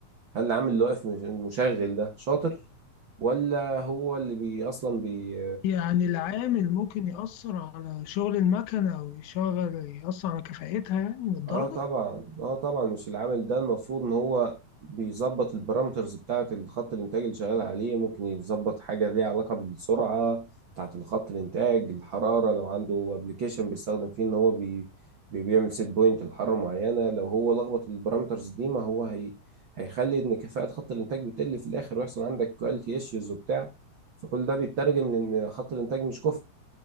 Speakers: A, on the right; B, on the left.
A: هل العامل اللي واقف مش- المشغل ده شاطر ولا هو اللي بي اصلا بي
B: يعني العامل ممكن يأثر على شغل المكنة أو يشغل يأثر على كفاءتها يعني للدرجة
A: اه طبعا اه طبعا مش العامل ده المفروض ان هو بيظبط البارامترز بتاعة الخط الانتاج اللي شغال عليه ممكن يظبط حاجة ليها علاقة بالسرعة بتاعة الخط الانتاج الحرارة لو عنده ابلكيشن بيستخدم فيه ان هو بي بي- بيعمل سيت بوينت لحرارة معينة لو هو لخبط البارامترز دي ما هو هي هيخلي ان كفاءة خط الانتاج بتقل في الاخر ويحصل عندك كواليتي ايشوز وبتاع فكل ده بيترجم لان خط الانتاج مش كفء